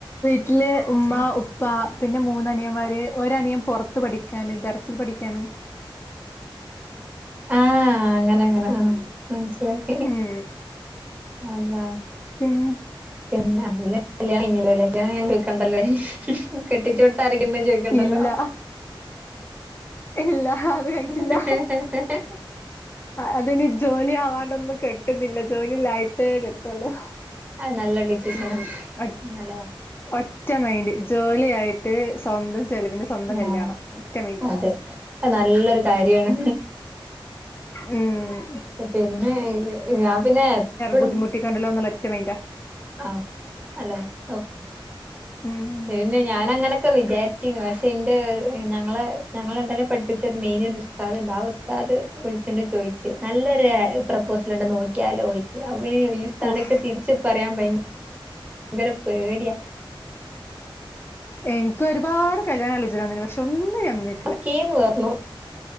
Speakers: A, on the left; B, on the right.
A: വീട്ടിൽ ഉമ്മ ഉപ്പ പിന്നെ മൂന്നനിയന്മാർ ഒരണിയൻ പുറത്ത് പഠിക്കുകയാണ് ഇ ദറസിൽ പഠിക്കുകയാണ്
B: ആഹ അങ്ങനെ അങ്ങനെ ആ മനസിലായി
A: ഉം
B: അല്ല
A: പിന്നെ
B: പിന്നെ അതി കല്യാ ഇലൊക്കെയാണ് ഞാൻ വക്കാണ്ടല്ലത് കെട്ടിച്ചോടുത്തരക്കണ്ട ചോദിക്കണ്ടല്ലോ
A: ഇല്ല ഇല്ല അത് കഴിഞ്ഞിട്ടില്ല
B: ഹ <unintelligible>
A: അതിന് ജോലി അവണ്ടൊന്നും കിട്ടുന്നില്ല ജോലില്ലായിട്ട് കിട്ടുള്ളൂ
B: അത് നല്ല ഡിസിഷനാ
A: ഉ അ
B: നല്ലതാ
A: ഒറ്റ മൈൻഡ് ജോലി ആയിട്ട് സ്വന്തം ചെലവിന്റെ സ്വന്തം
B: ആഹ്
A: കല്യാണം ഒറ്റമൈന്റ്
B: അതെ അത് നല്ലൊരു കാര്യാണ്
A: ഉം
B: പിന്നെ ഞാൻ പിന്നെ എപ്പഴും
A: ബുദ്ധിമുട്ടിക്കണ്ടല്ലോന്നുള്ള ഒറ്റമൈൻഡാ
B: ആഹ് നല്ലതാ ഓ
A: ഉം
B: പിന്നെ ഞാന അങ്ങനൊക്കെ വിചാരിച്ചിരുന്നു പക്ഷെ ഇന്റെ ഞങ്ങളെ ഞങ്ങളെ രണ്ടാളെ എ പഠിപ്പിച്ച ഒരു മെയിൻ ഒരു സ് ഉസ്താദ്ണ്ട് ആ ഉസ്താദ് വിളിചോണ്ട് ചോയ്ച്ച് നല്ലൊരു പ്രപ്പോസൽ ഇണ്ട് നോക്കിയാലോയ്ച്ച് അവര് ഈ ഉസ്താണിക്കെ
A: ഉഫ്
B: തിരിച്ച് പറയാൻ ഭയങ്കര പേടിയാ
A: എനിക്ക് ഒരുപാട് കല്യാണ ആലോചന വന്നേനു പക്ഷെ ഒന്നിനും ഞാൻ നിന്നി
B: ഓക്കെന്ന് പറഞ്ഞു